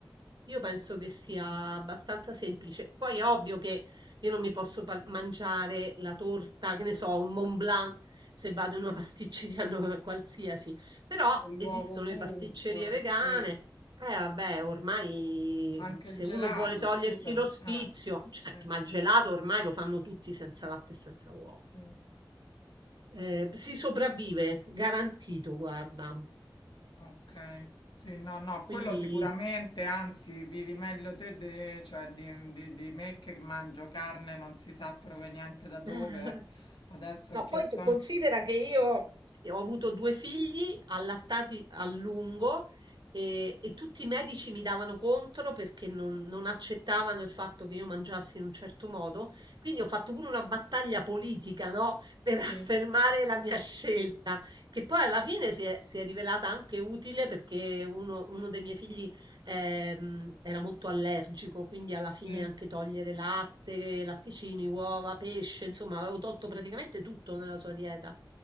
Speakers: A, on the right (about 65°); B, on the left (about 70°).
A: io penso che sia abbastanza semplice. Poi è ovvio che io non mi posso par- mangiare la torta, che ne so, un Mont Blanc se vado in una pasticceria <laughs> no- qualsiasi, però
B: l'uovo
A: esistono
B: ovunque,
A: le pasticcerie vegane.
B: sì.
A: Eh vabbè, ormai
B: Anche
A: mhmm, se
B: il gelato,
A: uno vuole togliersi
B: scusami.
A: lo sfizio,
B: Ah,
A: certo,
B: sì,
A: ma il gelato ormai lo fanno tutti senza latte e senza uova.
B: sì.
A: Eh, si sopravvive, garantito, guarda.
B: Ok. Sì, no, no, quello
A: Quindi
B: sicuramente, anzi, vivi meglio te di, cioè, di, di- di me che mangio carne non si sa proveniente da dove.
A: <laughs>
B: Adesso
A: No,
B: ho chiesto...
A: poi tu considera che io ho avuto due figli allattati a lungo e, e tutti i medici mi davano contro perché non, non accettavano il fatto che io mangiassi in un certo modo. Quindi ho fatto pure una battaglia politica, no? <laughs> Per
B: Sì,
A: affermare la mia scelta, che poi alla fine si è, si è rivelata anche utile perché uno, uno dei miei figli ehm, era molto allergico, quindi alla fine
B: sì. Eh,
A: anche togliere latte, latticini, uova, pesce, insomma, avevo tolto praticamente tutto nella sua dieta.